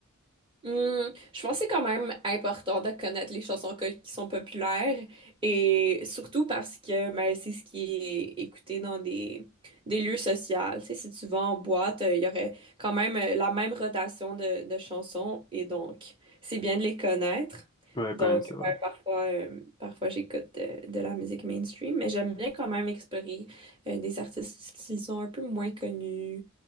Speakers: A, on the right (about 25°); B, on the left (about 20°).
A: Hmm, je pense que c'est quand même important de connaître les chansons que- qui sont populaires et surtout parce que ben, c'est ce qui est écouté dans des, des lieux sociaux. Tu sais, si tu vas en boîte, euh, il y aurait quand même euh, la même rotation de, de chansons et donc c'est bien de les connaître.
B: Ouais,
A: Donc
B: quand même, c'est
A: ouais,
B: vrai.
A: parfois, euh, parfois j'écoute de, de la musique mainstream, mais j'aime bien quand même explorer euh, des artistes qui sont un peu moins connus